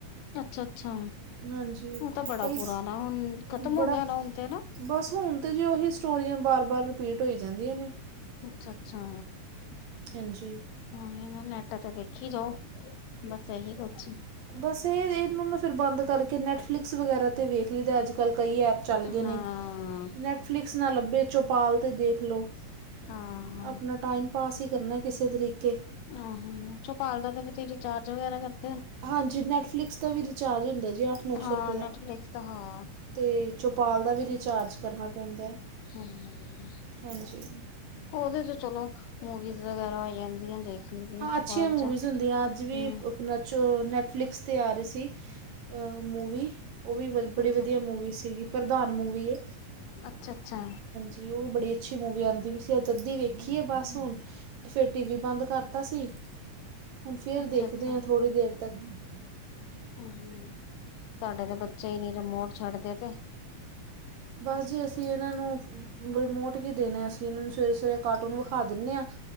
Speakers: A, on the left; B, on the right.
A: ਅੱਛਾ -ਅੱਛਾ
B: ਹਾਂਜੀ
A: ਉਹ ਤਾਂ ਬੜਾ
B: ਕਈ
A: ਪੁਰਾਣਾ ਹੁਣ ਖਤਮ
B: ਬੜਾ
A: ਹੋ ਗਿਆ ਨਾ ਹੁਣ ਤੇ ਹਨਾ
B: ਬਸ, ਹੁਣ ਤਾਂ ਜੇ ਉਹੀ ਸਟੋਰੀਆਂ ਬਾਰ ਬਾਰ ਰਿਪੀਟ ਹੋਈ ਜਾਂਦੀਆਂ ਨੇ
A: ਅੱਛਾ ਅੱਛਾ
B: ਹਾਂਜੀ
A: ਹ ਅ ਨੈਟ ਚ ਦੇਖੀ ਜੋ ਬਸ ਇਹੀ ਕੁਛ ਹੀ
B: ਬਸ ਇਹ ਵੇਖ ਫਿਰ ਬੰਦ ਕਰਕੇ, ਨੈਟਫਲਿਕਸ ਵਗੈਰਾ ਤੇ ਵੇਖ ਲਈਦਾ ਅੱਜ ਕੱਲ ਕਈ ਐਪ ਚੱਲ ਗਏ
A: ਹਾਂ
B: ਨੇ ਨੈਟ ਨੈਟਫਲਿਕਸ ਨਾਲ ਲੱਭੇ ਚੌਪਾਲ ਦੇ ' ਦੇਖ ਲਓ
A: ਹਾਂ
B: ਆਪਣਾ ਟਾਈਮ ਪਾਸ ਹੀ ਕਰਨਾ ਕਿਸੇ ਤਰੀਕੇ
A: ਆਹ ਚੋਪਾਲ ਦਾ ਤੇ ਰਿਚਾਰਜ ਵਗੈਰਾ ਕਰ
B: ਹਾਂਜੀ, ਨੈੱਟਫਲਿਕਸ ਦਾ ਵੀ ਰਿਚਾਰਜ ਹੁੰਦਾ ਜੀ ਅੱਠ ਨੌ
A: ਹਾਂ,
B: ਸੌ ਰੁਪਏ
A: ਨੈਟਫਲਿਕਸ
B: ਦਾ
A: ਤਾਂ ਹਾਂ
B: ਅਤੇ ਚੌਪਾਲ ਦਾ ਵੀ ਰਿਚਾਰਜ ਕਰਨਾ ਪੈਂਦਾ
A: ਹਮ
B: ਹਾਂਜੀ
A: ਉਹਦੇ ਤੇਚ ਚਲੋ, ਮੂਵੀਜ਼ ਵਗੈਰਾ ਹੋ ਜਾਂਦੀਆਂ ਦੇਖ ਲਈਦੀਆਂ
B: ਹਾਂ,
A: ਚ
B: ਅੱਛੀਆਂ
A: ਬਾਅਦ
B: ਮੂਵੀਜ਼
A: ਚ
B: ਹੁੰਦੀਆਂ ਅੱਜ ਵੀ
A: ਹਮ
B: ਅੱਜ ਨੈੱਟਫਲਿਕਸ 'ਤੇ ਆ ਰਹੀ ਸੀ ਮੂਵੀ ਮੂਵੀ ਬੜੀ
A: ਅੱਛਾ
B: ਵਧੀਆ ਮੂਵੀ ਸੀਗੀ, ਪ੍ਰਧਾਨ ਮੂਵੀ ਏ
A: ਅੱਛਾ- ਅੱਛਾ
B: ਤੇ ਉਹ ਵੀ ਬੜੀ ਅੱਛੀ ਮੂਵੀ ਆਉਂਦੀ ਪਈ ਸੀ ਅੱਜ ਅੱਧੀ ਵੇਖੀ ਹੈ ਬਸ ਹੁਣ ਤੇ ਫਿਰ ਟੀ ਵੀ ਬੰਦ ਕਰਤਾ ਸੀ, ਹੁਣ ਫੇਰ
A: ਅੱਛਾ
B: ਦੇਖਦੇ
A: ਅੱਛਾ
B: ਹਾਂ ਥੋੜ੍ਹੀ ਦੇਰ ਤ ਹਮ
A: ਹ ਸਾਡੇ ਤਾਂ ਬੱਚਾ ਹੀ ਨੀ ਰਿਮੋਟ ਛੱਡਦੇ ਤੇ
B: ਬਸ ਜੇ ਅਸੀਂ ਇਹਨਾਂ ਨੂੰ ਰਿਮੋਟ ਕੀ ਦੇਣੇ ਅਸੀਂ, ਇਹਨਾਂ ਨੂੰ ਸਵੇਰੇ- ਸਵੇਰੇ ਕਾਰਟੂਨ ਵਿਖਾ ਦਿੰਦੇ ਹਾਂ।